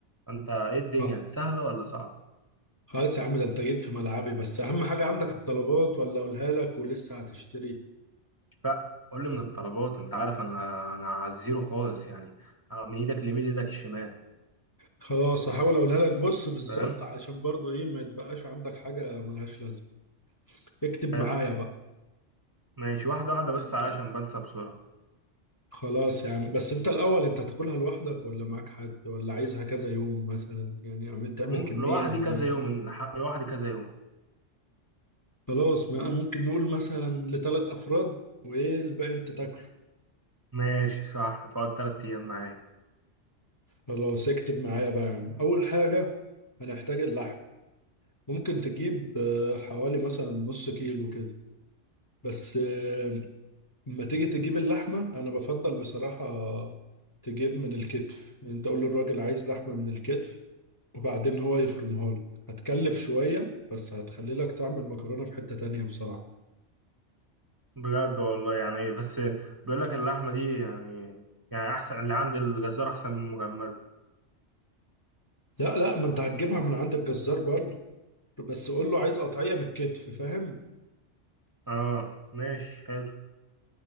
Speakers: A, on the right (about 20°); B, on the left (about 20°).
A: انت ايه الدنيا
B: آه،
A: سهله ولا صعبه
B: خلاص يا عم ده انت جيت في ملعبي بس اهم حاجة عندك الطلبات ولا اقولها لك ولسه هتشتري
A: لا قول لي من الطلبات انت عارف انا انا على الزيرو خالص يعني من ايدك اليمين لايدك الشمال
B: خلاص هحاول اقولها لك بص بالظبط
A: فاهم
B: علشان برضو ايه ما يتبقاش عندك حاجة ملهاش لازمة اكتب
A: حلو
B: معايا بقى
A: ماشي واحدة واحدة بس
B: انت-
A: علشان بنسى بسرعة
B: خلاص يا عم بس انت الاول انت هتاكلها لوحدك ولا معاك حد ولا عايزها كذا يوم مثلا يعني عم تعمل
A: ممكن
B: كمية
A: لوحدي
B: قد
A: كذا
B: ايه
A: يوم إن- ح- لوحدي كذا يوم
B: خلاص ما ممكن نقول مثلا لثلاث افراد وايه الباقي انت تاكله
A: ماشي صح تقعد تلات أيام معايا
B: خلاص اكتب معايا بقى يا عم اول حاجة هنحتاج اللحم ممكن تجيب آه، حوالي مثلا نص كيلو كده بس آه، لما تيجي تجيب اللحمة أنا بفضل بصراحة تجيب من الكتف يعني أنت قول للراجل عايز لحمة من الكتف وبعدين هو يفرمها لك هتكلف شوية بس هتخلي لك تعمل مكرونة في حتة تانية بصراحة
A: بجد والله يعني إيه، بس بيقول لك اللحمة دي يعني يعني أحسن اللي عند الجزار أحسن من المجمدة
B: لا لا ما أنت هتجيبها من عند الجزار برضو بس قول له عايز قطعية من الكتف فاهم
A: آه ماشي حلو